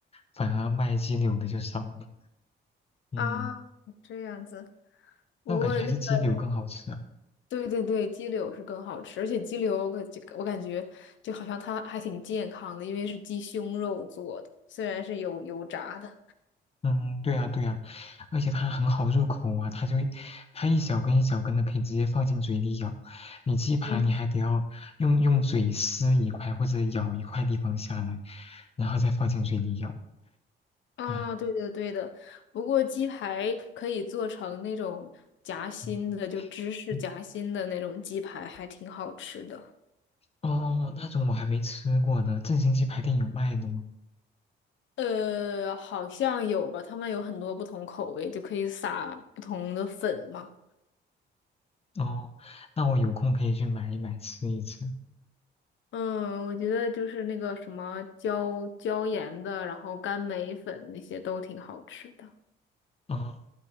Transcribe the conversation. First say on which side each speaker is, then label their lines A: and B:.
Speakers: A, on the left; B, on the left.
A: 反而卖鸡柳的就少了。嗯，
B: 啊，这样子。不过那个，
A: 那我感觉还是鸡柳更好吃啊。
B: 对对对，鸡柳是更好吃，而且鸡柳我感我感觉就好像它还挺健康的，因为是鸡胸肉做的，虽然是有油炸的。
A: 嗯，对啊，对啊，而且它很好入口啊，它就它一小根一小根的，可以直接放进嘴里咬。你鸡排你还得要用用嘴撕一块或者咬一块地方下来，
B: 嗯，
A: 然后再放进嘴里咬。
B: 啊，
A: 哎，
B: 对的对的，不过鸡排可以做成那种夹心的，
A: 嗯，
B: 就芝士夹心的那种鸡排，
A: 嗯
B: 还挺好吃的。
A: 哦，那种我还没吃过呢，正新鸡排店有卖的吗？
B: 呃，好像有吧，他们有很多不同口味，就可以撒不同的粉嘛。
A: 哦，那我有空可以去买一买吃一吃。
B: 嗯，我觉得就是那个什么椒椒盐的，然后干梅粉那些都挺好吃的。
A: 哦，